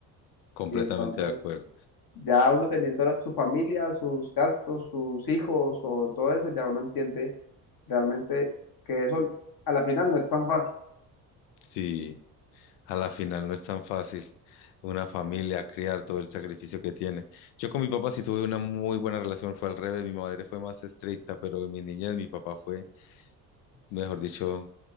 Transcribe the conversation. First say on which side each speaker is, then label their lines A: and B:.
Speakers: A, on the left; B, on the left.
A: completamente
B: Y entonces
A: de acuerdo.
B: ya uno teniendo la- su familia, sus gastos, sus hijos o todo eso, ya uno entiende realmente que eso a la final no es tan fácil.
A: Sí. A la final no es tan fácil. Una familia, criar todo el sacrificio que tiene. Yo con mi papá sí tuve una muy buena relación, fue al revés, mi madre fue más estricta, pero en mi niñez mi papá fue, mejor dicho,